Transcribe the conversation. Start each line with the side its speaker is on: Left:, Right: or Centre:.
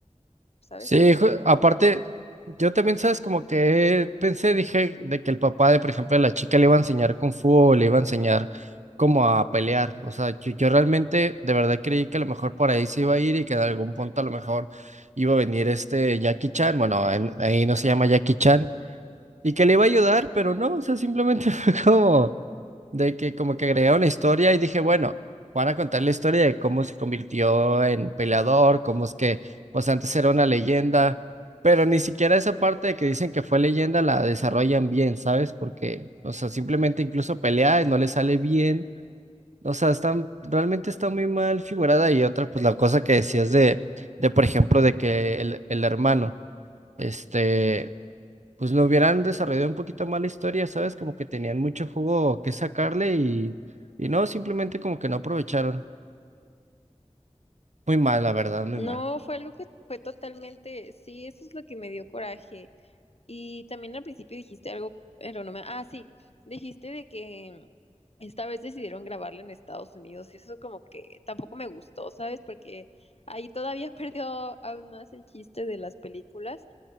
Left: ¿sabes?
Right: Sí, ju- aparte, yo también, ¿sabes? Como que pensé, dije, de que el papá de, por ejemplo, la chica le iba a enseñar Kung Fu o le iba a enseñar como a pelear. O sea, yo, yo realmente, de verdad creí que a lo mejor por ahí se iba a ir y que en algún punto a lo mejor iba a venir este Jackie Chan. Bueno, en- ahí no se llama Jackie Chan. Y que le iba a ayudar, pero no, o sea, simplemente <laughs> fue como de que como que agregaron la historia y dije, bueno, van a contar la historia de cómo se convirtió en peleador, cómo es que pues antes era una leyenda, pero ni siquiera esa parte de que dicen que fue leyenda la desarrollan bien, ¿sabes? Porque, o sea, simplemente incluso pelea y no le sale bien. O sea, están, realmente está muy mal figurada y otra, pues la cosa que decías de, de por ejemplo, de que el, el hermano, este, pues lo hubieran desarrollado un poquito más la historia, ¿sabes? Como que tenían mucho jugo que sacarle y, y no, simplemente como que no aprovecharon. Muy mal, la verdad, muy
Left: No,
Right: mal.
Left: fue algo que fue totalmente, sí, eso es lo que me dio coraje. Y también al principio dijiste algo, pero no me, ah, sí, dijiste de que esta vez decidieron grabarla en Estados Unidos y eso como que tampoco me gustó, ¿sabes? Porque ahí todavía <laughs> perdió aún más el chiste de las películas